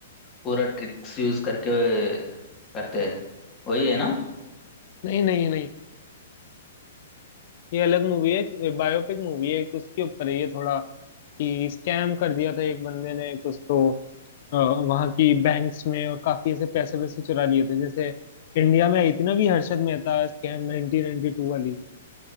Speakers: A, on the left; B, on the left.
A: पूरा ट्रिक्स यूज करके करते हैं वही है ना
B: नहीं नहीं नहीं ये अलग मूवी है बायोपिक मूवी है एक उसके ऊपर है ये थोड़ा कि स्कैम कर दिया था एक बंदे ने कुछ तो अ, वहाँ की बैंक्स में और काफी ऐसे पैसे वैसे चुरा लिए थे जैसे इंडिया में आई थी ना भी हर्षद मेहता स्कैम 1992 वाली